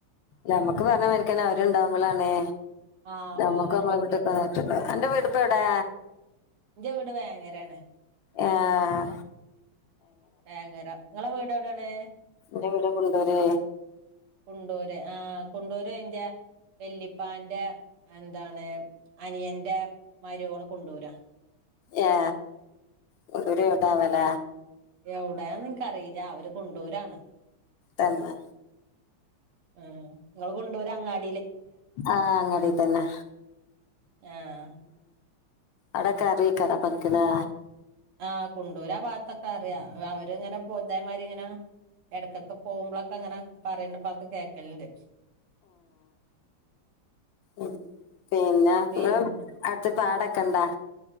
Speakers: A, on the left (about 70°); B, on the right (about 85°).
A: നമ്മക്ക് പറഞ്ഞ മരിക്ക്തെനെ അവര്ണ്ടാവ്മ്പളാണ്
B: ആഹ്
A: നമ്മുക്ക്
B: പോവാൻ
A: നമ്മളെ
B: പറ്റുള്ളൂ
A: വീട്ടൊക്കെന്നിട്ട് അന്റെ വീടിപ്പ എവിടാ
B: ഇന്റെ വീട് വേങ്ങരോണ്
A: ഏഹാ
B: വേങ്ങര നിങ്ങളെ വീട് എവിടെണ്
A: ഇന്റെ വീട് കൊണ്ടൂര്
B: കുണ്ടൂര് ആ കുണ്ടൂര് ഇന്റെ വെല്ലിപ്പാന്റെ എന്താണ് അനിയൻ്റെ മരിയോൾ കൊണ്ടുരാ
A: ഏ കെണ്ടൂര് എവിട്ടാവല
B: എവിടെയാ നിക്ക്റിയില്ല അവര് കുണ്ടൂരാണ്.
A: തന്നെ
B: ആ ങ്ങൾ കുണ്ടൂര് അങ്ങാ-
A: ആ അങ്ങാടി തന്നെ.
B: ആഹ്
A: അടക്കാറീക്കാരപ്പന്ക്കിനാ
B: ആഹ കുണ്ടൂരാ ഭാഗത്തൊക്കെ അറിയാ, അവരിങ്ങനെ പോ ഇതേമാരി ഇങ്ങനെ എടക്കൊക്കെ പോകുമ്പോളൊക്കെങ്ങനെ കേൾക്കല്ണ്ട്. <inaudible>
A: ഉം പിന്നെ ഇൻങളെ
B: പിന്നെ
A: അടുത്ത് പാടൊക്കണ്ടാ?